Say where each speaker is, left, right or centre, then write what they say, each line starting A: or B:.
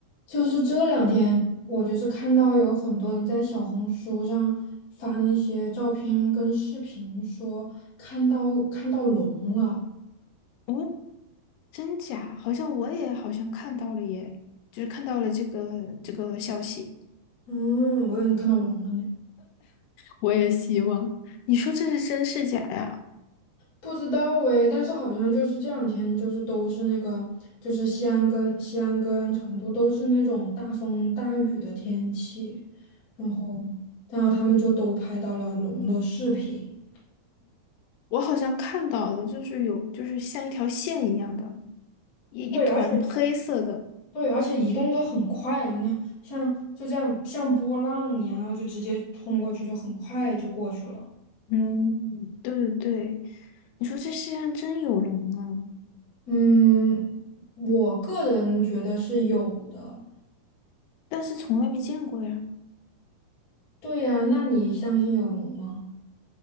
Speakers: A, on the left; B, on the left.
A: 就是这两天，我就是看到有很多人在小红书上发那些照片跟视频，说看到看到龙了。
B: 哦，真假？好像我也好像看到了耶，就是看到了这个这个消息。
A: 嗯，我以为你看到龙了呢，
B: 我也希望，你说这是真是假呀？
A: 不知道诶，但是好像就是这两天，就是都是那个，就是西安跟西安跟成都都是那种大风大雨的天气，然后然后他们就都拍到了龙的视频。
B: 我好像看到了，就是有就是像一条线一样的，一一团黑色的。
A: 对，而且。对，而且移动的很快，就那样，像就这样像波浪一样，然后就直接冲过去，就很快就过去了。
B: 嗯，嗯对对对，你说这世界上真有龙啊，
A: 嗯，我个人觉得是有的。
B: 但是从来没见过呀。
A: 对呀，那你相信有龙吗？